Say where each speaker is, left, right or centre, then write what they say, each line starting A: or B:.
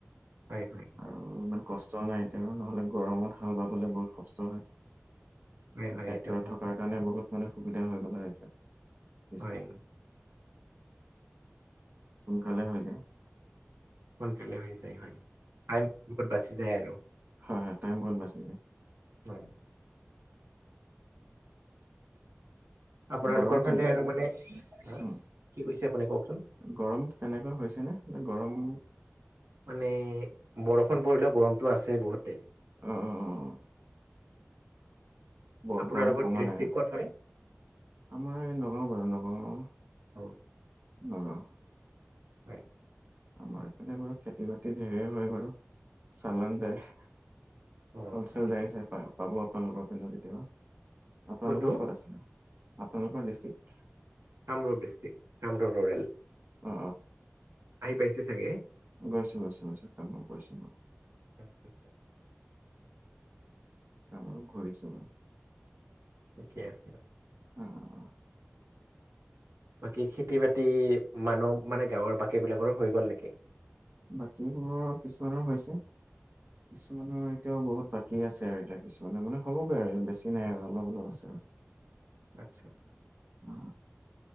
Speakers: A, on the right; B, on the right.
A: হয়- হয়।
B: অ', ইমান কষ্টও নাই এতিয়াও আৰু নহ'লে গৰমত হাল বাবলে বহুত কষ্ট হয়।
A: হয়
B: ট্ৰেক্টৰ
A: হয় এইটো বহুত
B: থকাৰ
A: কষ্ট
B: কাৰণে বহুত মানে সুবিধা হৈ গ'ল আৰু এতিয়া
A: হয়
B: সোনকালে হৈ যায়।
A: সোনকালে হৈ যায়। হয়, টাইম বহুত বাচি যায় আৰু।
B: হয় হয় টাইম বহুত বাচি যায়।
A: হয়। আপোনালোকৰ
B: গৰম
A: ফালে
B: তেনে
A: আৰু মানে হা
B: উম
A: কি কৈছে আপুনি কওকচোন?
B: গৰম তেনেকুৱা হৈছে নে? এ গৰম
A: মানে বৰষুণ পৰিলেও গৰমটো আছে বহুতে।
B: অ অ অ। বৰ
A: আপোনালোকৰ
B: গৰম কমা
A: ডিষ্ট্ৰিক্ট
B: নাই আ।
A: ক'ত হয়
B: আমাৰ এই নগাঁও বাৰু নগাঁও
A: অ
B: নগাঁও।
A: হয়।
B: আমাৰ এইপিনে বাৰু খেতি বাতি ধেৰে হয় বাৰু চালান যায়।
A: অ
B: হলচেল
A: ঠিকে
B: যাই চাই পা পাব আপোনালোকৰ পিনো কেতিয়াবা। আপোনালোকৰ
A: কোনটো
B: ক'ত আছে? আপোনালোকৰ district?
A: Kamrup district Kamrup rural
B: অ অ অ
A: আহি পাইছে চাগে।
B: গৈছো গৈছো গৈছো কাম গৈছো বাও।
A: <inaudible>
B: আমাৰো ঘড়ী চবে।
A: ঠিকে আছে।
B: <unintelligible>
A: বাকী খেতি বাতি মানুহ মানে গাঁওৰ বাকী বিলাকৰো হৈ গ'ল নেকি?
B: বাকীবোৰৰ কিছুমানৰ হৈছে কিছুমানৰ এতিয়াও বহুত বাকী আছে আৰু এতিয়া কিছ- মানে মানে হ'বগৈ আৰু বেছি নাই আৰু অলপ অলপ আছে আও।
A: আত্চ্ছা।
B: অ।